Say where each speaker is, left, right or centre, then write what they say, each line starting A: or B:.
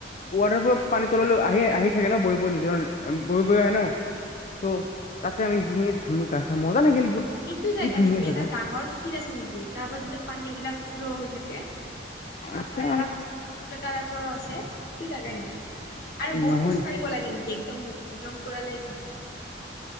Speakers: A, on the left (about 40°); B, on the left (about 60°).
A: ৱাটাৰ ফ'লত পানী তললৈ আহি আহি থাকে ন' বৈ নিজৰ বৈ বৈ আহে ন'। ত' তাতে আমি সেইখিনিত ধুলো গা চা মজা লাগিল! বহুত
B: এইটো জেগা
A: কি ধুনীয়া
B: নেকি?
A: জাগা
B: এটা ডাঙৰ ক্ষীৰ আছে নেকি? তাৰ পৰা যোনটো পানী বিলাক ফ্ল' হৈ থাকে। আৰু কাষৰ
A: আচ্ছা
B: এটা পুল এটা টাইপৰো আছে। <unintelligible> আৰু বহুত
A: নহয়
B: খোজ কঢ়িব লাগে নেকি? একদম, একদম পুৰা লাইত